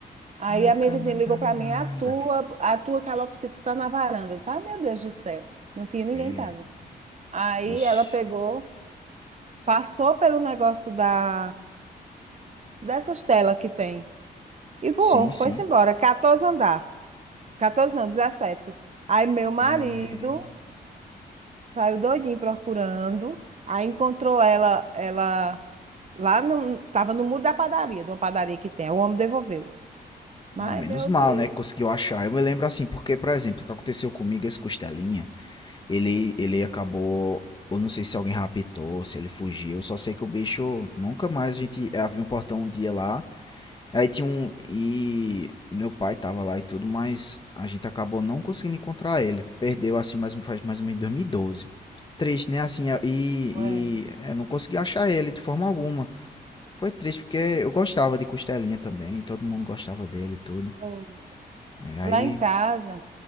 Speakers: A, on the right; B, on the left.
A: Aí
B: Ai,
A: a minha
B: cama
A: vizinha ligou
B: danada.
A: para mim: A tua, a tua calopsita tá na varanda. Eu disse: Ah, meu Deus do céu. Não tinha ninguém
B: É.
A: em casa. Aí
B: Vixe.
A: ela pegou, passou pelo negócio da, dessas telas que tem e voou,
B: Sim,
A: foi-se
B: sim.
A: embora, 14 andar. 14 não, 17. Aí meu marido
B: É.
A: saiu doidinho procurando, aí encontrou ela, ela lá no, tava no muro da padaria, de uma padaria que tem. O homem devolveu. Mas,
B: Ah, menos
A: meu
B: mal,
A: Deus,
B: né? que Conseguiu achar. Eu me lembro assim, porque, por exemplo, o que aconteceu comigo, esse costelinha. Ele, ele acabou. Eu não sei se alguém raptou, se ele fugiu. eu Só sei que o bicho. Nunca mais a gente abriu um portão um dia lá. Aí tinha um. E meu pai tava lá e tudo, mas a gente acabou não conseguindo encontrar ele. Perdeu assim mais um, faz mais ou menos em 2012. Triste, né? Assim, é- e,
A: ué,
B: e é, não consegui achar ele de forma alguma. Foi triste porque eu gostava de Costelinha também, todo mundo gostava dele e tudo.
A: pô.
B: né? Aí
A: lá em casa,